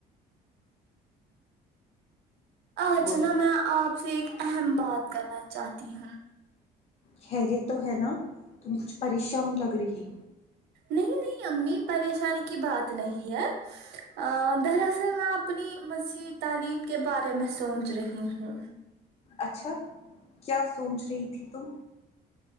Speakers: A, on the right (about 80°); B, on the left (about 40°).
A: آج
B: بولو
A: نا میں آپ سے ایک اہم بات کرنا چاہتی ہوں
B: خیریت تو ہے نا تم کچھ پریشان لگ رہی
A: نہیں نہیں امی پریشانی کی بات نہیں ہے ا دراصل میں اپنی مزید تعلیم کے بارے میں سوچ رہی ہوں
B: اچھا کیا سوچ رہی تھی تم